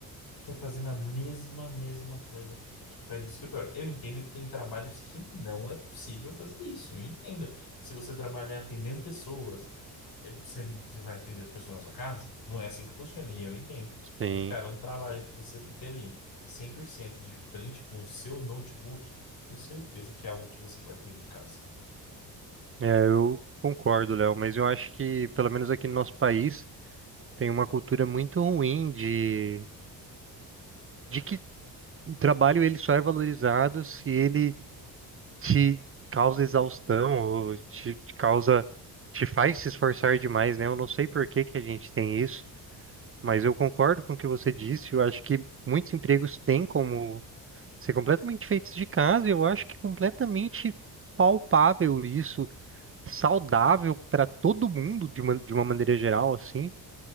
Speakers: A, on the left; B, on the right.
A: Tô fazendo a mesma, mesma coisa que faz no escritório. Eu entendo que tem trabalhos que não é possível fazer isso. Eu entendo. Se você trabalhar atendendo pessoas, eh, você, você vai atender as pessoas na sua casa? Não é assim que funciona, e eu entendo.
B: Sim,
A: Mas, cara, é um trabalho que você fica ali 100% de frente com o seu notebook, tenho certeza que é algo que você pode fazer de casa.
B: é, eu concordo, Léo, mas eu acho que, pelo menos aqui no nosso país, tem uma cultura muito ruim de, de que o trabalho ele só é valorizado se ele te causa exaustão, ou te, te causa, te faz se esforçar demais, né? Eu não sei por que que a gente tem isso, mas eu concordo com o que você disse. Eu acho que muitos empregos têm como ser completamente feitos de casa. Eu acho que é completamente palpável isso, saudável para todo mundo de uma, de uma maneira geral, assim.